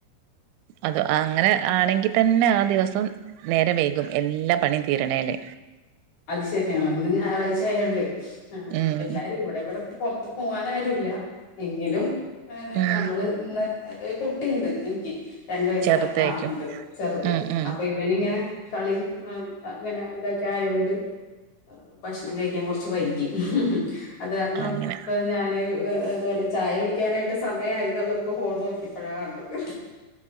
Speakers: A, on the right (about 85°); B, on the left (about 45°).
A: അതാ ആ അങ്ങനെ ആണെങ്കി തന്നെ ആ ദിവസം നേരെ വൈകും എല്ലാ പണിയും തീരണേല്
B: അത് ശരിയാണ് ഇന്ന് ഞായറാഴ്ച ആയോണ്ടേ
A: ഉം
B: എല്ലാരും ഇവിടെവിട പൊറത്ത് പോവാനാരുല്ല എങ്കിലും ഏഹ് ഏഹ്
A: ഉം
B: നമ്മള് ഇന്ന് എ എ കുട്ടിയിണ്ട് എനിക്ക് രണ്ടു വയസ്സായുള്ള
A: ചെറുതായിരിക്കും
B: ആളുണ്ട് ചെറുത്
A: ഉം ഉം
B: അപ്പൊ ഇവനിങ്ങനെ കളി മ്മ് ആ അങ്ങനെ ഇതൊക്കെ ആയോണ്ട് ഏഹ് ഭക്ഷണം കഴിക്കാൻ കൊറച്ച് വൈകി അത് കാരണം
A: അങ്ങനെ
B: ഇപ്പൊ ഞാന് ഉം ഇതുപോലെ ചായ കുടിക്കാനായിട്ട് സമയായിന്നുള്ളത് ഇപ്പോ ഫോൺ നോക്കിപ്പഴാ കണ്ടത്.